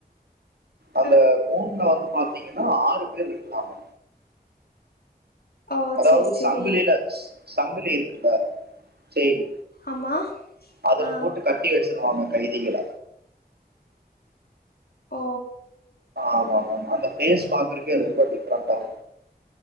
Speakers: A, on the right; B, on the left.
A: அந்த
B: ஆ
A: கூண்ல வந்து பாத்தீங்கன்னா ஆறு பேர் இருக்ளாங்க
B: ஓ
A: அதாவ்து
B: சேரி சேரி
A: சங்கிலில ஸ் சங்கிலி இருக்குல்ல செய்ன்
B: ஆமா
A: அதுல
B: ஆ
A: போட்டு கட்டி வச்சுருவாங்க கைதிகள
B: ஓ
A: ஆமாமாமா அந்த ஃபேஸ் பாக்குருக்கே ரொம்ப டிஃப்ரண்டாரு